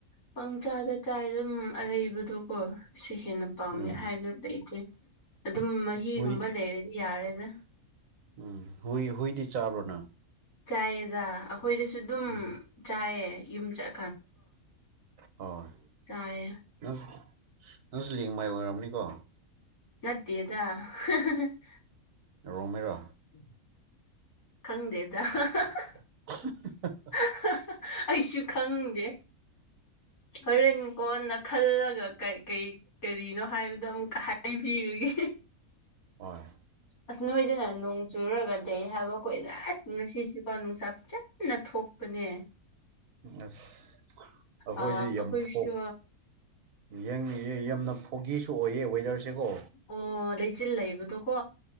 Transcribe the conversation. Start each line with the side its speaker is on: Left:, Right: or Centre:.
Left: ꯄꯪꯆꯥꯥꯗ ꯆꯥꯏ ꯑꯗꯨꯝ ꯑꯔꯩꯕꯗꯣꯀꯣ ꯁꯤ ꯍꯦꯟꯅ ꯄꯥꯝꯃꯦ
Right: ꯎꯝ
Left: ꯍꯥꯏꯕꯗꯨ ꯂꯩꯇꯦ ꯑꯗꯨꯝ ꯃꯍꯤꯒꯨꯝꯕ
Right: ꯍꯨꯏ
Left: ꯂꯩꯔꯗꯤ ꯌꯥꯔꯦꯗ
Right: ꯎꯝ ꯍꯨꯏ ꯍꯨꯏꯗꯤ ꯆꯥꯕ꯭ꯔꯣꯅ‌ꯪ
Left: ꯆꯥꯏꯌꯦꯗ ꯑꯩꯈꯣꯏꯗꯁꯨ ꯑꯗꯨꯝ
Right: ꯎꯝ
Left: ꯆꯥꯏꯌꯦ ꯌꯨꯝ ꯆꯠ
Right: ꯍꯣꯏ
Left: ꯆꯥꯏꯌꯦ
Right: ꯅꯪ ꯅꯪꯁꯨ ꯂꯦꯡ ꯃꯥꯏ ꯑꯣꯏꯔꯝꯅꯤꯀꯣ
Left: ꯅꯠꯇꯦꯗ <unintelligible>
Right: ꯔꯣꯡꯃꯩꯔꯣ
Left: <inaudible> ꯈꯪꯗꯦꯗ <unintelligible>
Right: <unintelligible>
Left: <unintelligible> ꯑꯩꯁꯨ ꯈꯪꯗꯦ ꯍꯣꯔꯦꯟ ꯀꯣꯟꯅ ꯈꯜꯂꯒ ꯀꯩ ꯀꯩ ꯀꯔꯤꯅꯣ ꯍꯥꯏꯕꯗꯣ ꯑꯃꯨꯛꯀ ꯍꯥꯏꯕꯤꯔꯒꯦ
Right: ꯍꯣꯏ
Left: ꯑꯁ ꯅꯣꯏꯗꯅ ꯅꯣꯡ ꯆꯨꯔꯒ ꯂꯩ ꯍꯥꯏꯕ ꯑꯩꯈꯣꯏꯅ ꯑꯁ ꯉꯁꯤꯁꯤꯀꯣ ꯅꯨꯡꯁꯥ ꯐꯖꯅ ꯅ ꯊꯣꯛꯄꯅꯦ
Right: ꯑꯁ ꯑꯩꯈꯣꯏꯗꯤ
Left: ꯑ ꯑꯩꯈꯣꯏꯁꯨ
Right: ꯌꯥꯝ ꯊꯣꯛ ꯌꯦꯡ ꯌꯥꯝꯅ ꯐꯣꯒꯤꯁꯨ ꯑꯣꯏꯌꯦ ꯋꯦꯗꯔꯁꯦꯀꯣ
Left: ꯑꯣ ꯂꯩꯆꯤꯜ ꯂꯩꯕ ꯂꯩꯕꯗꯣꯀꯣ